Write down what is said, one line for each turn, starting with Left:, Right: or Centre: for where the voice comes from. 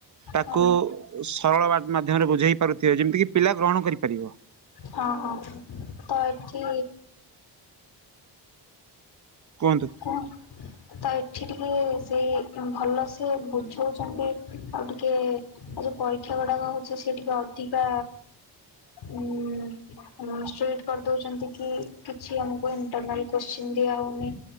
Right: ତାକୁ
Left: ଆଜ୍ଞା
Right: ସରଳ ବା ମାଧ୍ୟମରେ ବୁଝେଇ ପାରୁଥିବେ ଯେମିତି କିି ପିଲା ଗ୍ରହଣ କରିପାରିବ।
Left: ହଁ ହଁ ତ ଏଠି
Right: କୁ
Left: କୁ ତ ଏଠି ଟିକେ ସେଇ ଭଲ ସେ ବୁଝଉଚନ୍ତି ଆଉ ଟିକେ ଆଉ ଯୋଉ ପରୀକ୍ଷା ଗୁଡାକ ହଉଛି ସେ ଟିକେ ଅଧିକା ଉଁ ଉଁ ଷ୍ଟ୍ରିଟ କରଦଉଚନ୍ତି କି କିଛି ଆମକୁ ଇଣ୍ଟରନାଲ କୋତ୍ସିନ ଦିଆହଉନି।